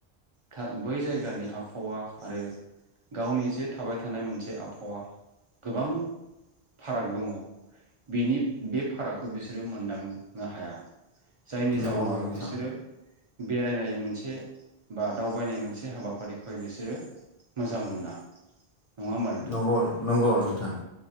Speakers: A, on the right (about 45°); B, on the left (about 50°).
A: था बै जायगानि आबहावा आरो गावनि जे थाबाय थानाय मोनसे आबहावा गोबां फाराग दङ' बेनि बे फारागखौ बिसोरो मोनदांनो हाया। जायनि
B: नंगौ
A: जाहोनाव
B: नोंथां
A: बिसोरो बेरायनाय मोनसे बा दावबायनाय मोनसे हाबाफारिखौहाय बिसोरो मोजां मोना। नङा होमबा नोंथां
B: नंगौ नंगौ नोंथां